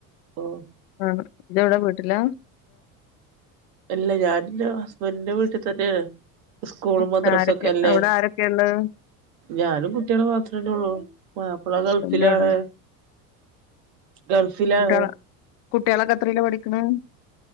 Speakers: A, on the right; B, on the left.
A: ഓഹ്
B: ആഹ് ഇതവിടെ വീട്ടില?
A: ഇല്ല ഞാനിന്റെ ഹസ്ബൻറിന്റെ വീട്ടിൽ തന്നെയാണ് സ്കൂൾ
B: ഉം
A: മദ്രസ
B: ആരൊക്കെ
A: ഒക്കെ അല്ലേ?
B: അവിടെ ആരൊക്കെയാ ഇള്ളെ
A: ഞാനും കുട്ടികാലും മാത്രല്ലെ ഉള്ളു മാപ്പിള
B: ഹസ്ബൻഡ്
A: ഗൾഫിലാണ്.
B: എവിടെ
A: ഗൾഫിലാണ്.
B: കുട്ടികള് കുട്ടികളൊക്കെ എത്രയില് പഠിക്കണ്?